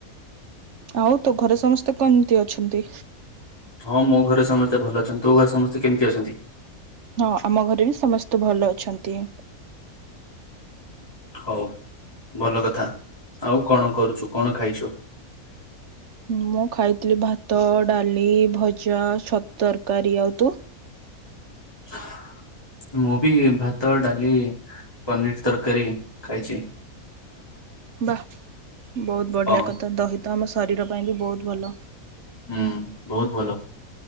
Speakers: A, on the right; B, on the left.
A: ଆଉ ତୋ ଘରେ ସମସ୍ତେ କେମିତି ଅଛନ୍ତି?
B: ହଁ ମୋ ଘରେ ସମସ୍ତେ ଭଲ ଅଛନ୍ତି ତୋ ଘରେ ସମସ୍ତେ କେମିତି ଅଛନ୍ତି?
A: ହଁ ଆମ ଘରେ ବି ସମସ୍ତେ ଭଲ ଅଛନ୍ତି।
B: ହଉ ଭଲ କଥା ଆଉ କଣ କରୁଛୁ କଣ ଖାଇଛୁ?
A: ମୁଁ ଖାଇଥିଲି ଭାତ, ଡାଲି, ଭଜା, ଛତୁ ତରକାରୀ ଆଉ ତୁ?
B: ହ <unintelligible> ମୁଭି ଭାତ, ଡାଲି, ପନିର ତରକାରୀ ଖାାଇଛି।
A: ବା ବହୁତ ବଢିଆ
B: ହଁ
A: କଥା ଦହି ତ ଆମ ଶରୀର ପାଇଁ ବି ବହୁତ ଭଲ।
B: ହୁଁ ବହୁତ ଭଲ